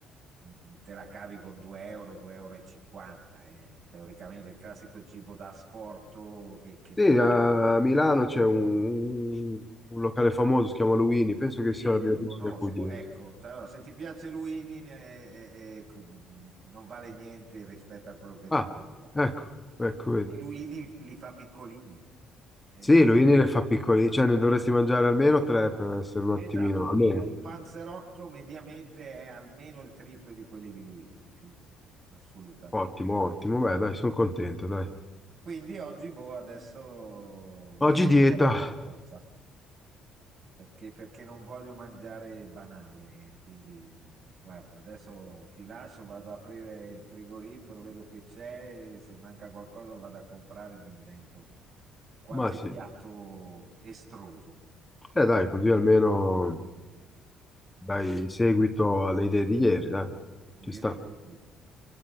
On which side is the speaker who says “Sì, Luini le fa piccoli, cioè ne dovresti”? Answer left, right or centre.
Left